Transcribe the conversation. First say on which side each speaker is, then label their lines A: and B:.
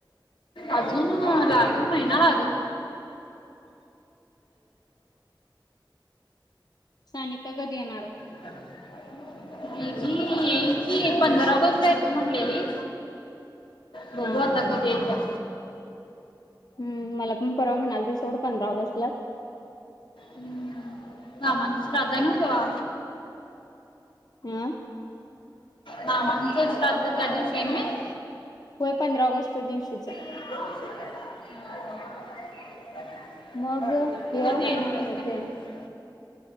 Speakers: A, on the left; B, on the left.
A: अजून लागल महिना लागल.
B: सानिका कधी येणार?
A: <inaudible> दिदी येईल कि पंधरा ऑगस्ट आहे तो म्हणलेली बघू
B: हा
A: आता कधी येत
B: हम्म मला पण परवा म्हणाली सोड पंधरा ऑगस्टलाच
A: हम्म मामांचा श्राद्ध आहे ना तेव्हा
B: हा
A: मामांचा श्रद्धा त्या दिवशी आहे का?
B: होय पंधरा ऑगस्टच्या दिवशीच आहे.
A: <unintelligible>
B: मग हे
A: तू
B: येते
A: कधी येणार आहेस तिकडे